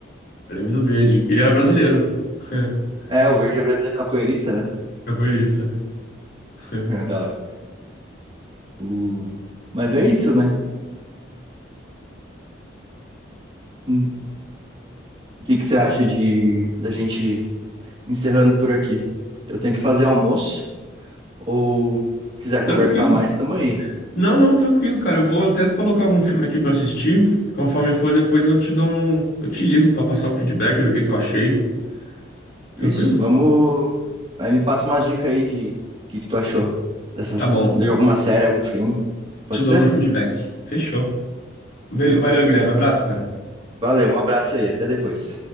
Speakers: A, on the left (about 50°); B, on the right (about 25°).
A: Eu lembro do verde. Ele era brasileiro. <laughs>
B: É, o verde é brasileiro é capoeirista, né? <laughs>
A: Capoeirista. <laughs>
B: É, da hora. O, mas é isso, né? Hum, O que que você acha de da gente encerrando por aqui? Eu tenho que fazer almoço ou quiser conversar
A: Tranquilo.
B: mais, tamo aí.
A: Não, não, tranquilo, cara. Eu vou até colocar algum filme aqui pra assistir. Conforme for, depois eu te dou um. Eu te ligo pra passar o feedback do que que eu achei. Tranquilo?
B: Isso, vamos. Aí me passa umas dicas aí de o que que tu achou dessas,
A: Tá bom.
B: de alguma série, algum filme. Pode
A: Te dou
B: ser?
A: meu feedback. Fechou. Valeu, Guilherme. Um Abraço, cara.
B: Valeu, um abraço aí, até depois.